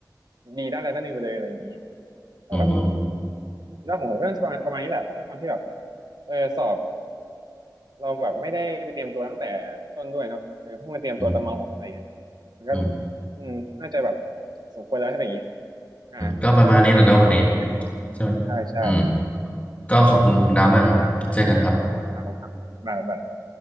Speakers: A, on the right (about 65°); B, on the left (about 20°).
A: ดีด้านใดด้านหนึ่งไปเลยอะไรอย่างนี้ก็แบบ
B: อืม อืม
A: เรื่องของผมก็น่าจะประมาณประมาณนี้แหละด้วยความที่แบบเออสอบเราแบบไม่ได้ไปเตรียมตัวตั้งแต่ต้นด้วยเนาะเออเพิ่งมาเตรียมตัวตอนมหกอะไรเงี้ย
B: อืม
A: มันก็
B: อืม อืม
A: อืมน่าจะแบบสมควรแล้วใช่ไหมอย่างนี้อ่า
B: ก็ประมาณนี้แหละเนาะวันนี้
A: ก็ประมาณนี้แหละ
B: ใช่ไหม
A: ใช่ใช่
B: อืม ก็ขอบคุณคุณดามากครับเจอกันครับ
A: อ่ะขอบคุณครับขอบคุณครับบ๊ายบาย